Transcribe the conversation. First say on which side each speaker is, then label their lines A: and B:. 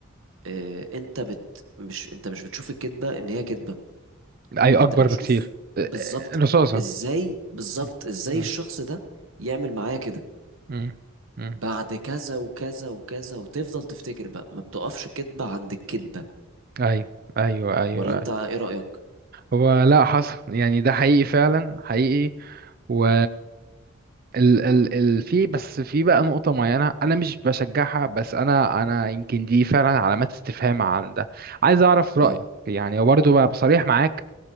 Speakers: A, on the right; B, on the right.
A: آه انت بت مش انت مش بتشوف الكذبة ان هي كذبة
B: ايوه
A: انت
B: اكبر
A: بتشوف
B: بكتير آه،
A: بالظبط
B: آه، رصاصة
A: ازاي بالظبط
B: مم.
A: ازاي
B: مم.
A: الشخص ده يعمل معايا كده
B: مم. مم.
A: بعد كذا وكذا وكذا وتفضل تفتكر بقى ما بتقفش الكذبة عند الكذبة
B: ايوه ايوه ايوه
A: ولا انت ايه رأيك
B: هو لا حصل يعني ده حقيقي فعلا حقيقي و ال ال ال في بس في بقى نقطة معينة أنا مش بشجعها بس أنا أنا يمكن دي فعلا علامات استفهام عن ده عايز أعرف رأيك
A: اه
B: يعني برضه بقى بصريح معاك